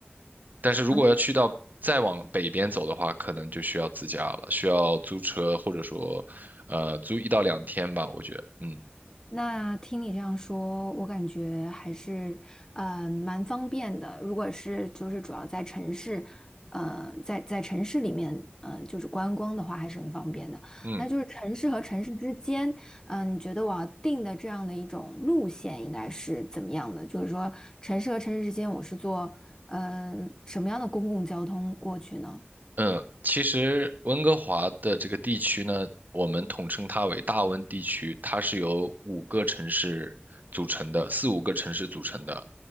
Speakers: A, on the right (about 45°); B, on the left (about 15°).
A: 但是如果要去到再往北边走的话，
B: 好那。
A: 可能就需要自驾了，需要租车或者说，呃，租一到两天吧，我觉得，嗯
B: 那听你这样说，我感觉还是呃蛮方便的。如果是就是主要在城市，呃，在在城市里面，嗯，就是观光的话，还是很方便的。
A: 嗯。
B: 那就是城市和城市之间，嗯、你觉得我要定的这样的一种路线应该是怎么样的？就是说，城市和城市之间，我是坐嗯、呃什么样的公共交通过去呢？
A: 嗯，其实温哥华的这个地区呢，我们统称它为大温地区，它是由五个城市组成的，四五个城市组成的。